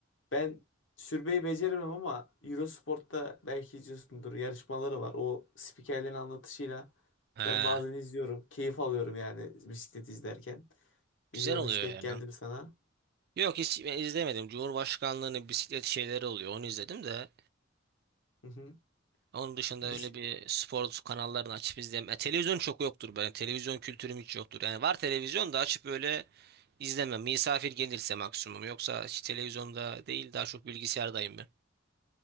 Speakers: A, on the left (about 65°); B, on the right (about 50°).
A: Ben sürmeyi beceremem ama Eurosport'ta belki izliyorsundur yarışmaları var. O spikerlerin anlatışıyla
B: He.
A: ben bazen izliyorum. Keyif alıyorum yani bisiklet izlerken.
B: Güzel
A: Bilmiyorum
B: oluyor
A: hiç denk
B: yani.
A: geldim sana.
B: Yok hiç ben izlemedim. Cumhurbaşkanlığının bisiklet şeyleri oluyor. Onu izledim de.
A: Hı hı.
B: Onun dışında
A: Bis-
B: öyle bir spor kanallarını açıp izleyemem. E, televizyon çok yoktur benim. Televizyon kültürüm hiç yoktur. Yani var televizyon da açıp böyle izlemem. Misafir gelirse maksimum. Yoksa hiç televizyonda değil daha çok bilgisayardayım ben.